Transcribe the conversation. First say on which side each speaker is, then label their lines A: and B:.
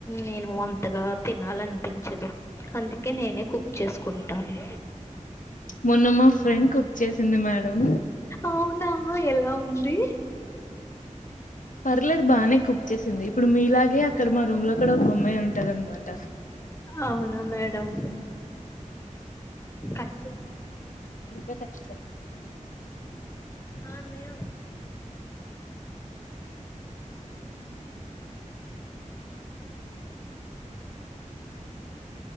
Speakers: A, on the left; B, on the left.
A: నేను అంతగా తినాలనిపించదు అందుకే అందుకే నేనే కుక్ చేసుకుంటాను
B: మొన్న మా ఫ్రెండ్ కుక్ చేసింది మేడం
A: అవునా ఎలా ఉంది
B: పర్లేదు బాగానే కుక్ చేసింది ఇప్పుడు మీలాగే అక్కడ మా రూమ్ లో కూడా ఒక అమ్మాయి ఉంటాది అనమాట
A: అవునా మేడం కట్ చేస
B: య చ్చి స
A: ఆ అన్నయ్య